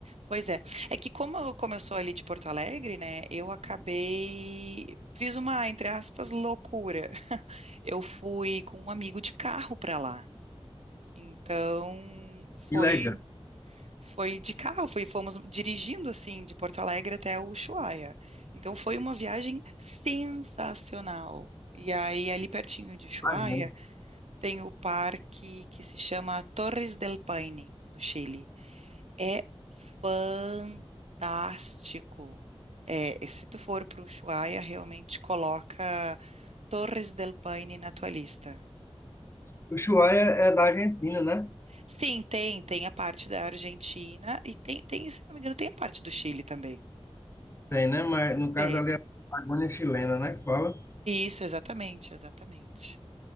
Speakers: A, on the right (about 80°); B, on the left (about 25°).
A: Pois é. É que como eu, como eu sou ali de Porto Alegre, né, eu acabei fiz uma, entre aspas, loucura. <laughs> Eu fui com um amigo de carro para lá. Então, foi
B: Que legal.
A: foi de carro, foi, fomos dirigindo assim de Porto Alegre até Ushuaia. Então foi uma viagem sensacional. E aí ali pertinho de Ushuaia
B: Imagina.
A: tem o parque que se chama Torres del Paine, no Chile. É fantástico. É, e se tu for para o Ushuaia, realmente coloca Torres del Paine na tua lista.
B: O Ushuaia é é da Argentina, né?
A: Sim, tem, tem a parte da Argentina e tem, tem, se não me engano, tem a parte do Chile também.
B: Tem, né? Mas no caso
A: Tem.
B: ali é a Patagônia chilena, né? Que fala.
A: Isso, exatamente, exatamente.